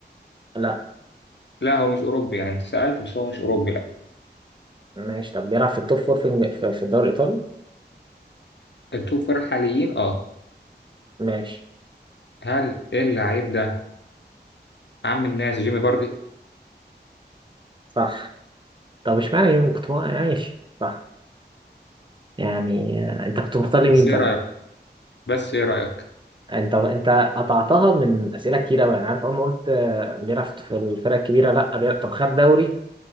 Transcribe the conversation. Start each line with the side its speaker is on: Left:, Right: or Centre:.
Right: لا
Left: لا هو مش اوروبي يعني انت سالت بس هو مش اوروبي لا
Right: ماشي طب بيلعب في التوب فور في الج- في في الدوري الإيطالي؟
Left: التوب فور الحاليين اه
Right: ماشي
Left: هل اللعيب ده عم الناس جيمي فاردي
Right: صح طب اشمعنى يوم كنت عايش صح يعني آه، انت كنت مختار لمين
Left: بس
Right: طيب
Left: ايه رايك بس ايه رايك
Right: انت انت قطعتها من اسئله كتير قوي يعني عارف اول ما قلت آه، بيلعب في الفرق الكبيره لا بيلعب. طب خد دوري